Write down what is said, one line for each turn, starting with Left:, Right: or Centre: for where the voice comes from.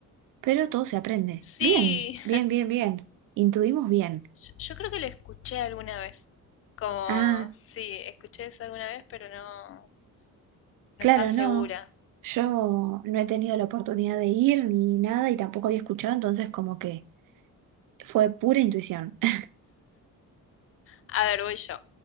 Right: Pero todo se aprende.
Left: Sí.
Right: Bien, bien, bien, bien. Intuimos bien.
Left: Yo, yo creo que lo escuché alguna vez. Como,
Right: Ah,
Left: sí, escuché eso alguna vez, pero no, no
Right: claro,
Left: estaba segura.
Right: no. Yo no he tenido la oportunidad de ir ni nada y tampoco había escuchado, entonces como que fue pura intuición. <laughs>
Left: A ver, voy yo.